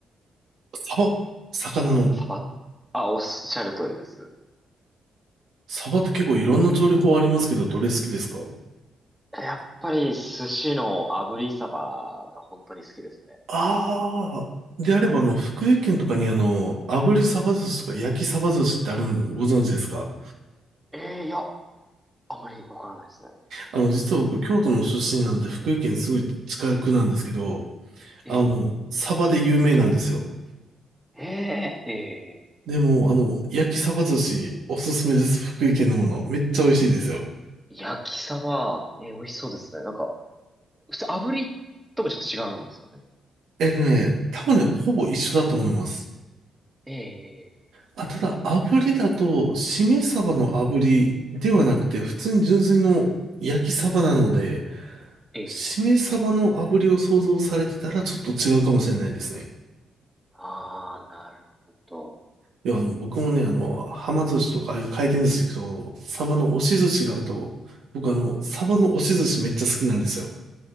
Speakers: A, on the right (about 80°); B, in the centre.
A: サバ、魚の。
B: サバ。あ、おっしゃる通りです。
A: サバって結構いろんな調理法ありますけど、どれ好きですか
B: やっぱり寿司の炙りサバが本当に好きです
A: ああー、であれば、あの、福井県とかにあの、炙りサバ寿司とか焼きサバ寿司ってあるん、ご存知ですか
B: ね。ええいや、あんまりわからないですね。
A: あの、実は僕、京都の出身なんで、福井県すぐ近くなんですけど、
B: ええ
A: あの、サバで有名なんですよ。
B: ええええ
A: でも、あの、焼きサバ寿司、おすすめです。福井県のもの。めっちゃ美味しいですよ。
B: 焼きサバ、ええ美味しそうですね。なんか、普通炙りともちょっと違うんですかね。
A: えっとね、多分ね、ほぼ一緒だと思います。
B: ええ
A: あ、ただ、炙りだと、しめ鯖の炙りではなくて、普通に純粋の焼き鯖なので、
B: ええええ
A: しめ鯖の炙りを想像されてたらちょっと違うかもしれないですね。
B: ああー、なるほど。
A: いや、あの、僕もね、あの、はま寿司とか、ああいう回転寿司行くと、鯖の押し寿司があると、僕あの、鯖の押し寿司めっちゃ好きなんですよ。